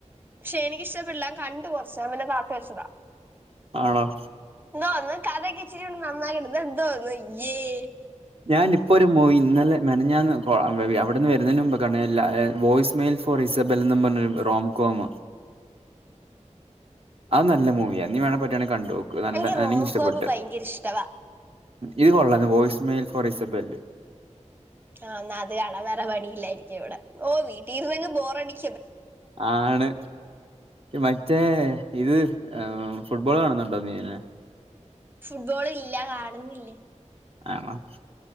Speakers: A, on the right (about 15°); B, on the right (about 50°).
A: പക്ഷെ എനിക്കിഷ്ടപ്പെടില്ല കണ്ടു കുറച്ച് ൻ പിന്നെ താത്തു വെച്ചതാ-
B: ആണോ-
A: നോന്ന് കാഥകിച്ചിറി ഉ നന്നായി ത് എന്തോന്ന് യ്യേ-
B: ഞാനിപ്പോ ഒരു മോയിൻ- ഇന്നലെ മെനഞ്ഞാന്ന് അവിടുന്ന് വരുന്നന് മുമ്പ് കാണ വോയിസ് മെയിൽ ഫോർ ഇസബിൽന്ന് പറഞ്ഞൊര് പടം- ഹംങ്കോമ അത് നല്ല മൂവിയ നീ വേണേ പറ്റ്വാണെക്കാണ്- നോക്ക് നല്ല
A: എനിക്ക് റോംകോം
B: ഇഷ്ടപ്പെട്ട്
A: ഭയങ്കര ഇഷ്ടവാ
B: ഇത് കൊള്ള വോയിസ് മെയിൽ ഫോർ ഇസബല്
A: ആഹ് എന്നാ അത് കാണാ വേറെ പണിയില്ലായിരിക്കാ ഇവിടെ ഓ വീട്ടിരുന്നങ്ങ്ബോറടി-
B: ആണ് മറ്റേ- ഇത് ആഹ് ഫുട്ബോൾ കാണുന്നുണ്ടോ നീ പിന്നെ -
A: ഫുട്ബോൾ ഇല്ല കാണുന്നില്ലേ-
B: ആണോ -